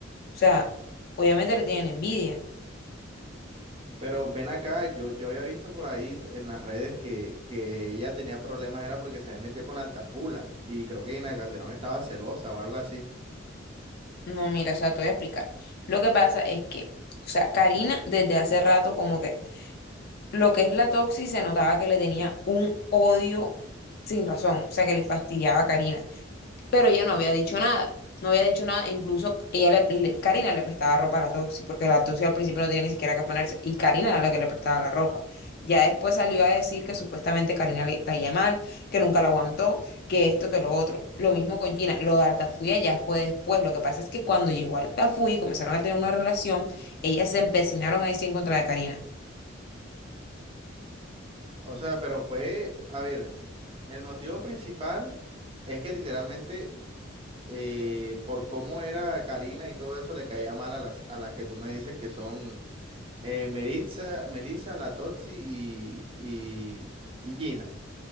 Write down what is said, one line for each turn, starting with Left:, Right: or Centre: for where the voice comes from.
Left: sea, obviamente le tienen envidia.
Right: Pero ven acá, yo, yo había visto por ahí t- en las redes que, que ella tenía problemas, era porque se había metido con Altafula y creo que Gina Calderón estaba celosa o algo así.
Left: No, mira, o sea, te voy a explicar. Lo que pasa es que, o sea, Karina desde hace rato como que lo que es la Toxi se notaba que le tenía un odio sin razón, o sea, que le fastidiaba a Karina. pero ella no había dicho nada, no había dicho nada, incluso ella le, le- Karina le prestaba ropa a la Toxi, porque la Toxi al principio no tenía ni siquiera que ponerse, y Karina era la que le prestaba la ropa. Ya después salió a decir que supuestamente Karina le caía mal, que nunca la aguantó, que esto, que lo otro. Lo mismo con Gina, lo de Altafulla ya fue después, lo que pasa es que cuando llegó Altafulla y comenzaron a tener una relación, ellas se empecinaron ahí sí en contra de Karina.
Right: O sea, pero fue, a ver, el motivo principal es que literalmente eh, por cómo era Karina y todo eso le caía mal a las, a las que tú me dices que son eh, Meritza, Melissa, La Totsi y, y, y Gina.